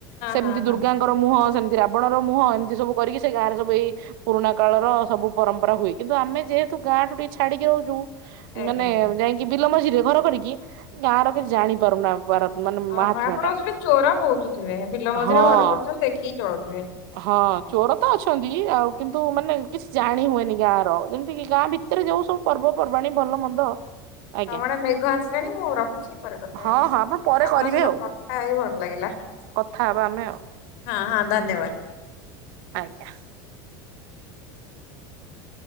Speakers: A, on the right (about 70°); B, on the left (about 65°).
A: ସେମିତି
B: ହଁ ହଁ ହଁ ହଁ
A: ଦୁର୍ଗାଙ୍କ ର ମୁହଁ ସେମିତି ରାବଣର ମୁହଁ ଏମିତି ସବୁ କରିକି ସେ ଗାଁ ରେ ସବୁ ଏଇ ପୁରୁଣା କାଳର ସବୁ ପରମ୍ପରା ହୁଏ କିନ୍ତୁ ଆମେ ଯେହେତୁ ଗାଁ ଠୁ ଟିକେ ଛା ଛାଡିକି ରହୁଛୁ
B: ଆଜ୍ଞା
A: ମାନେ ଯାଇକି ବିଲ ମଝିରେ ଘର କରିକି ଗାଁ ର କିଛି ଜାଣିପାରୁନା ଆ ଭାରତ ମାନେ
B: ଓ
A: ମାହାତ୍ମ୍ୟ
B: ହୋ ଆପଣ
A: ଟା
B: ସେଠି ଚୋର ବହୁତ ଥିବେ ବିଲ ମଝିରେ
A: ହଁ।
B: ଘର କରିଛନ୍ତି ଦେଖିକି ଚଳୁଥିବେ।
A: ହଁ ଚୋର ତ ଅଛନ୍ତି ଆଉ କିନ୍ତୁ ମାନେ କିଛି ଜାଣି ହୁଏନି ଗାଁ ର ଯେମିତି କି ଗାଁ ଭିତରେ ଯୋଉ ସ ସବୁ ପର୍ବ ପର୍ବାଣୀ ଭଲ ମନ୍ଦ ଆଜ୍ଞା
B: ଆମ ଆଡେ ମେଘ ଆସିଲାଣି ମୁଁ ରଖୁଛି ପରେ କଥା
A: ହଁ
B: ହେବି
A: ହଁ ଆପଣ ପରେ
B: ଆପଣଙ୍କ
A: କରିବେ
B: ସହିତ
A: ଆଉ
B: କଥା ହେଇ ଭଲ ଲାଗିଲା।
A: କଥା ହବା ଆମେ ଆଉ।
B: ହଁ ହଁ ଧନ୍ୟବାଦ୍।
A: ଆଜ୍ଞା।